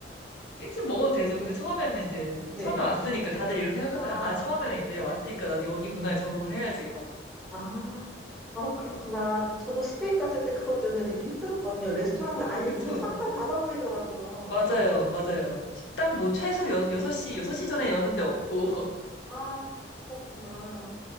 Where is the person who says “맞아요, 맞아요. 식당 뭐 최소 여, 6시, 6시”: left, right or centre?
Left